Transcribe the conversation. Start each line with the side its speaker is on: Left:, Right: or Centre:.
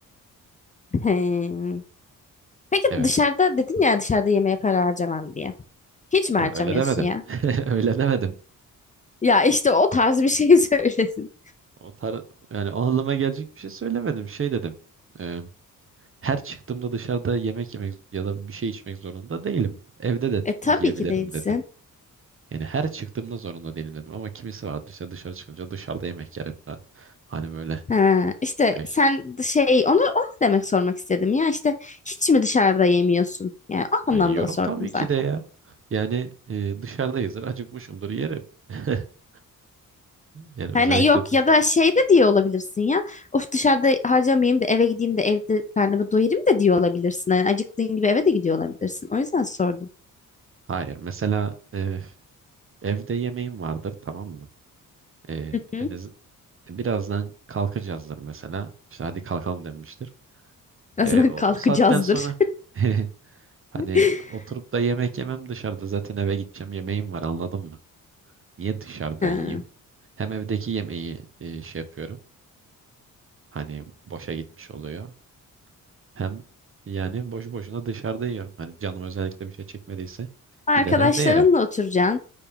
Left: He. Peki
Right: Evet.
Left: dışarıda dedin ya dışarıda yemeğe para harcamam diye. Hiç mi harcamıyorsun
Right: Ya öyle demedim.
Left: ya?
Right: <laughs> Öyle demedim.
Left: Ya işte o tarz bir şey <laughs> söylesin.
Right: O tar yani o anlama gelecek bir şey söylemedim. Şey dedim. e, her çıktığımda dışarıda yemek yemek ya da bir şey içmek zorunda değilim. Evde de tü-
Left: E tabii
Right: yiyebilirim
Left: ki değilsin.
Right: dedim. Yani her çıktığımda zorunda değilim dedim. Ama kimisi vardı işte dışarı çıkınca dışarıda yemek yer hep. Ha- Hani böyle.
Left: Ha, işte
Right: Ya işte,
Left: sen şey onu onu demek sormak istedim ya işte hiç mi dışarıda yemiyorsun? Yani o
Right: ya
Left: anlamda
Right: yiyorum
Left: sordum
Right: tabii
Left: zaten.
Right: ki de ya. Yani e, dışarıdayızdır, acıkmışımdır yerim. <laughs> Yani
Left: Hani
Right: özellikle
Left: yok
Right: dış-
Left: ya da şey de diye olabilirsin ya. Of dışarıda harcamayayım da eve gideyim de evde karnımı doyurayım da diye olabilirsin. Hani acıktığın gibi eve de gidiyor olabilirsin. O yüzden sordum.
Right: hayır. Mesela e, evde yemeğim vardır tamam mı? E,
Left: <laughs>
Right: yani z- birazdan kalkacağızdır mesela. İşte hadi kalkalım denmiştir.
Left: Birazdan
Right: E, o,
Left: kalkacağızdır.
Right: o saatten sonra <laughs> hani
Left: <laughs>
Right: oturup da yemek yemem dışarıda zaten eve gideceğim yemeğim var anladın mı? Niye dışarıda
Left: Ha.
Right: yiyeyim? Hem evdeki yemeği e, şey yapıyorum. Hani boşa gitmiş oluyor. Hem yani boşu boşuna dışarıda yiyorum. Hani canım özellikle bir şey çekmediyse
Left: Arkadaşlarınla
Right: gider evde yerim.
Left: oturacaksın.